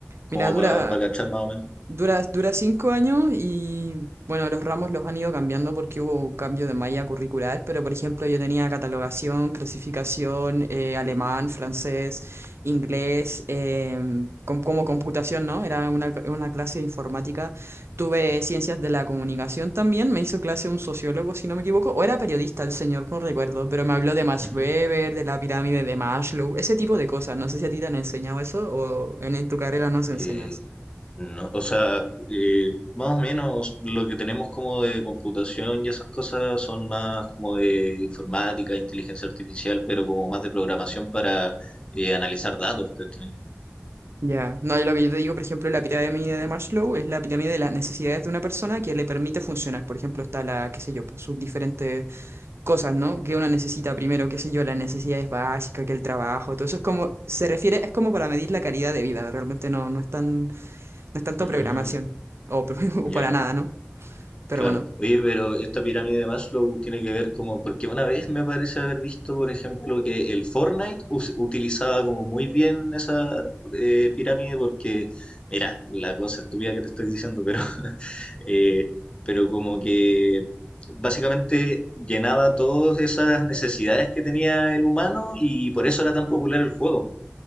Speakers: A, on the left; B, on the right.
A: Como
B: Mira, dura
A: para cachar más o menos.
B: Dura, dura cinco años y bueno, los ramos los han ido cambiando porque hubo cambio de malla curricular, pero por ejemplo yo tenía catalogación, clasificación, eh, alemán, francés, inglés, em, com- como computación, ¿no? Era una, una clase de informática. Tuve ciencias de la comunicación también, me hizo clase un sociólogo, si no me equivoco, o era periodista el señor, no recuerdo, pero me habló de Max
A: Ujú.
B: Weber, de la pirámide de Maslow, ese tipo de cosas. No sé si a ti te han enseñado eso o en, en tu carrera nos enseñas.
A: Eh, no, o sea, eh, más o menos lo que tenemos como de computación y esas cosas son más como de informática, inteligencia artificial, pero como más de programación para eh, analizar datos, ¿cachai?
B: Ya, no, y lo que yo te digo, por ejemplo, la pirámide de Maslow es la pirámide de las necesidades de una persona que le permite funcionar. Por ejemplo, está la, qué sé yo, pues sus diferentes cosas, ¿no? Que uno necesita primero, qué sé yo, las necesidades básicas, que el trabajo, todo eso es como, se refiere, es como para medir la calidad de vida, realmente no, no es tan, no es tanto
A: Mm,
B: programación, o, <laughs> o
A: ya.
B: para nada, ¿no? Pero
A: Claro.
B: bueno.
A: Oye, pero esta pirámide de Maslow tiene que ver como, porque una vez me parece haber visto, por ejemplo, que el Fortnite us- utilizaba como muy bien esa eh, pirámide porque, mira, la cosa estúpida que te estoy diciendo, pero, <laughs> eh, pero como que básicamente llenaba todas esas necesidades que tenía el humano y por eso era tan popular el juego.